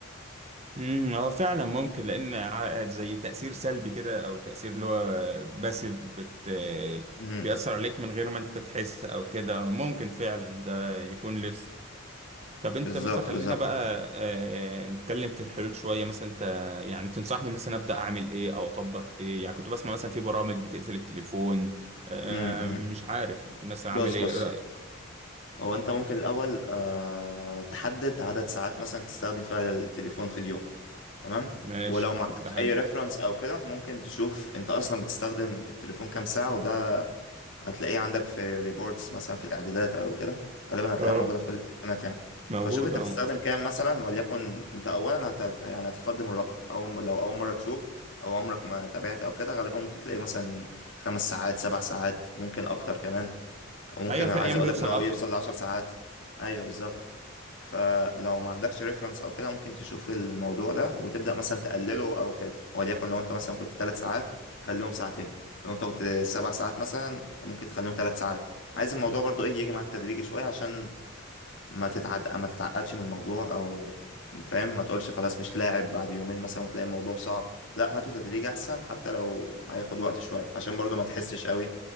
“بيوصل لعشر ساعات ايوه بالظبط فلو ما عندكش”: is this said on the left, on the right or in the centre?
Left